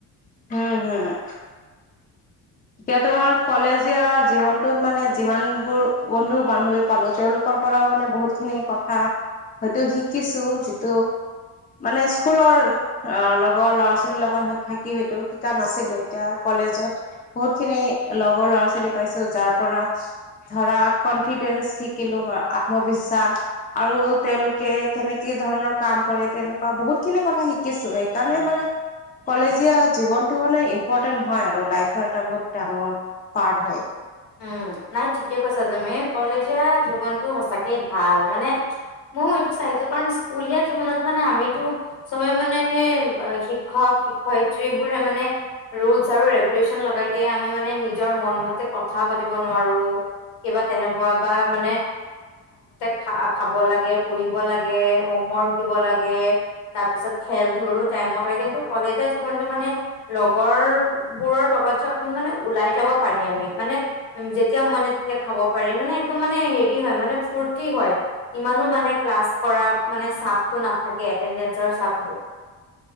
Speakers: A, on the left (about 20°); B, on the left (about 65°).
A: হম-হম। এতিয়া তোমাৰ কলেজীয়া জীৱনতটোত মানে যিমান বোৰ বন্ধু-বান্ধৱী পালো, তেওঁলোকৰ পৰাও মানে বহুত খিনি কথা হয়তো শিকিছো, যিটো মানে স্কুলৰ অ লগৰ ল'ৰা-ছোৱালীৰ লগত থাকি সেইটো শিকা নাছিলো। এতিয়া কলেজত বহুত খিনি লগৰ ল'ৰা-ছোৱালী পাইছো, যাৰ পৰা ধৰা, কনফিডেন্ঞ্চ শিকিলো, আত্মবিশ্বাস। আৰু তেওঁলোকে কেনেকে ধৰণৰ কাম কৰে, তেনেকুৱা বহুত খিনি কথা শিকিছো। সেইকাৰণে মানে কলেজীয়া জীৱনতটো মানে ইম্পৰটেন্ট হয় আৰু। লাইফৰ এটা বহুত ডাঙৰ পাৰ্ট হয়।
B: উম, নাই ঠিকে কৈছা তুমি কলেজ জীৱন টো সঁচাকে ভাল মানে ময়ো সেইটো চাইছো কাৰণ স্কুলীয়া উলীয়া জীৱনত মানে আমিতো চবে মানে সে শিক্ষক শিক্ষয়িত্ৰী বোৰে মানে। ৰুলচ আৰু ৰেগুলেশচন লগাই দিয়ে আমি মানে নিজৰ মন মতে কথা পাতিব নোহোৱাৰো কিবা তেনেকুৱা বা মান খা খাব লাগে পুঢ়িব লাগে হোমৱৰ্ক দিব লাগে। তাৰ পিছত খেল ধলো টাইমত হয় কিন্তু কলেজীয়া জীৱনতটো মানে লগৰ বোৰৰ লগ। লগছ অক মানে ওলাই যাব পাৰি আমি মানে, যেতিয়া মন যায় তেতিয়া খাব পাৰি মানে একদম মানে হেৰি হয় মানে ফূৰ্তি হয়। ইমানো মানে ক্লাছ কৰা মানে চাপটো নাথাকে এটেনডেঞ্চৰ চাপটো।